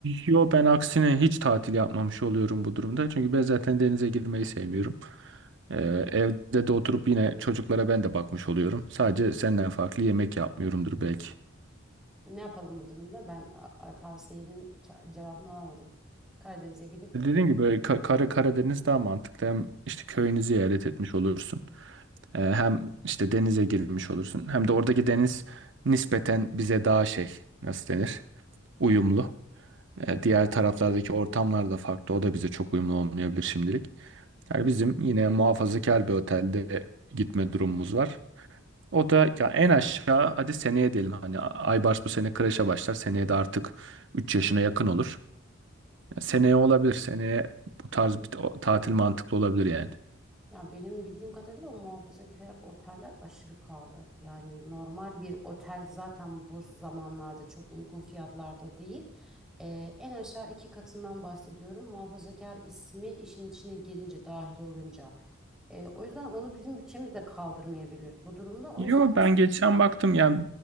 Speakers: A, on the right; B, in the centre.
A: Yo ben aksine hiç tatil yapmamış oluyorum bu durumda. Çünkü ben zaten denize girmeyi sevmiyorum. Ee, evde de oturup yine çocuklara ben de bakmış oluyorum. Sadece senden farklı yemek yapmıyorumdur belki.
B: Ne yapalım bu durumda? Ben a- a- tavsiyenin ça- cevabını alamadım. Karadeniz'e gidip
A: E, Dediğim gibi böyle Ka- Kara- Karadeniz daha mantıklı. Hem işte köyünü ziyaret etmiş olursun. Ee, hem işte denize girmiş olursun. Hem de oradaki deniz nispeten bize daha şey nasıl denir? Uyumlu. E, Diğer taraflardaki ortamlar da farklı. O da bize çok uyumlu olmayabilir şimdilik. Yani bizim yine muhafazakar bir otelde gitme durumumuz var. O da ya en aşağı hadi seneye diyelim. Hani Aybars bu sene kreşe başlar. Seneye de artık 3 yaşına yakın olur. Ya Seneye olabilir. Seneye bu tarz bir ta- tatil mantıklı olabilir yani.
B: ya benim bildiğim kadarıyla o muhafazakar oteller aşırı pahalı. Yani normal bir otel zaten bu zamanlarda çok uygun fiyatlarda değil. Ee, en aşağı iki katından bahsediyorum. Muhafazakar ismi işin içine girince dahil olunca. Ee, o yüzden onu bizim bütçemiz de kaldırmayabilir bu durumda. O
A: Yo
B: yüzden
A: ben
B: bizim
A: geçen baktım yani